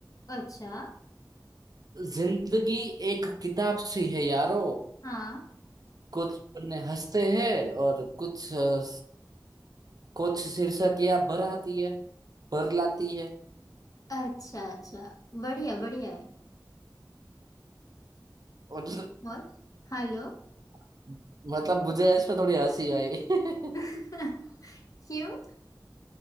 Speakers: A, on the left; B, on the right.
A: अच्छा
B: जिंदगी एक किताब सी है यारो
A: हाँ
B: कुछ पन्ने हंसते हैं और कुछ अ, कुछ शीर्षक या भर आती है भर लाती है
A: अच्छा अच्छा बढ़िया बढ़िया है
B: और
A: और हेलो
B: <laughs> मतलब मुझे इस पे थोड़ी हंसी आई <laughs>
A: <laughs> क्यों